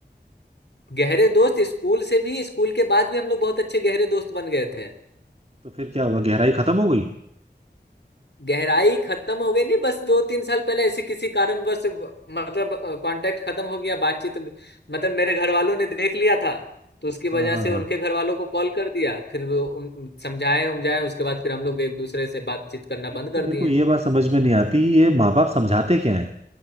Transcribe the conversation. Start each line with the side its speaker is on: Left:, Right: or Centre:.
Left: गहरे दोस्त स्कूल से भी स्कूल के बाद भी हम लोग बहुत अच्छे गहरे दोस्त बन गए थे
Right: तो फिर क्या हुआ गहराई खत्म हो गई
Left: गहराई खत्म हो गई नहीं बस दो तीन साल पहले ऐसे किसी कारणवश ब- मतलब कांटेक्ट खत्म हो गया बातचीत मतलब मेरे घर वालों ने देख लिया था तो उसकी
Right: हाँ
Left: वजह
Right: हाँ
Left: से
Right: हाँ
Left: उनके घर वालों को कॉल कर दिया फिर वो उन- समझाए उमझाए उसके बाद फिर हम लोग एक दूसरे से बातचीत करना
Right: एक
Left: बंद कर
Right: तो मेरे
Left: दिए
Right: को ये बात समझ में नहीं आती ये माँ बाप समझाते क्या है